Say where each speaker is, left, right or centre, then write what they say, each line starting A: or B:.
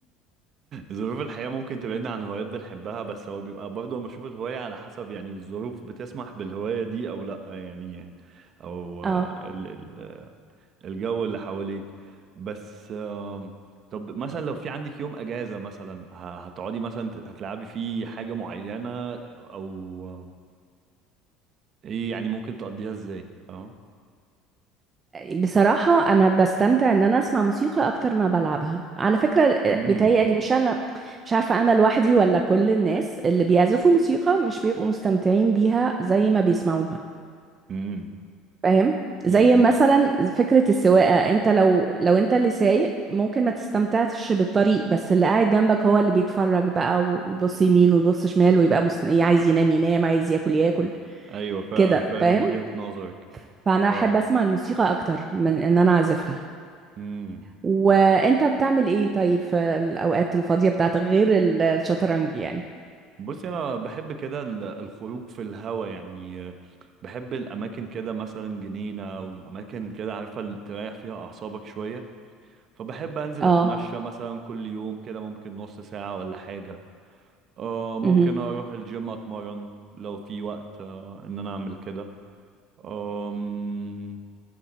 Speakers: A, on the right; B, on the right.
A: ظروف الحياة ممكن تبعدنا عن هوايات بنحبها بس هو بيبقى برضه أنا بشوف الهواية على حسب يعني الظروف بتسمح بالهواية دي أو لأ يعني أو
B: اه
A: آه، ال ال الجو اللي حواليك بس آم، طب مثلا لو في عندك يوم اجازة مثلا ه- هتقعدي مثلا ت- هتلعبي فيه حاجة معينة او آم، ايه يعني ممكن تقضيها ازاي فاهم
B: بصراحة أنا بستمتع إن أنا أسمع موسيقى أكتر ما بلعبها على فكرة آه،
A: امم
B: بيتهيألي مش أنا مش عارفة أنا لوحدي ولا كل الناس اللي بيعزفوا موسيقى مش بيبقوا مستمتعين بيها زي ما بيسمعوها
A: امم
B: فاهم زي
A: امم
B: مثلا فكرة السواقة انت لو لو انت اللي سايق ممكن ما تستمتعش بالطريق بس اللي قاعد جنبك هو اللي بيتفرج بقى ويبص يمين ويبص شمال ويبقى مست... عايز ينام ينام عايز ياكل ياكل
A: ايوه فعلا
B: كده
A: فاهم
B: فاهم
A: وجهة نظرك
B: فانا
A: اه
B: احب اسمع الموسيقى اكتر من ان انا اعزفها
A: امم
B: وانت بتعمل ايه طيب في الاوقات الفاضية بتاعتك غير ال- الشطرنج يعني
A: بصي انا بحب كده ال- الخروج في الهوا يعني آه، بحب الاماكن كده مثلا جنينة او الاماكن كده عارفة اللي تريح فيها اعصابك شوية فبحب انزل
B: اه
A: اتمشى مثلا كل يوم كده ممكن نص ساعة ولا حاجة آه ممكن
B: امم
A: اروح الجيم اتمرن لو في وقت آه ان انا اعمل كده آم،